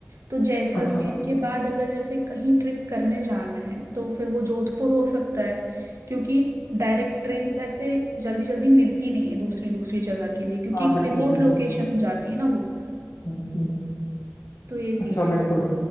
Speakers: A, on the right (about 70°); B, on the left (about 75°).
A: तो जैसलमेर
B: अच्छा
A: के बाद अगर जैसे कहीं ट्रिप करने जाना है तो फिर वो जोधपुर हो सकता है क्योंकि डायरेक्ट ट्रेन्स ऐसे जल्दी जल्दी मिलती नहीं है दूसरी दूसरी जगह के लिए क्योंकि
B: हाँ
A: एक
B: बिल्कुल
A: रिमोट
B: बिल्कुल
A: लोकेशन हो जाती है ना वो
B: हम्म, हम्म,
A: तो ये सीन
B: अच्छा बिल्कुल
A: है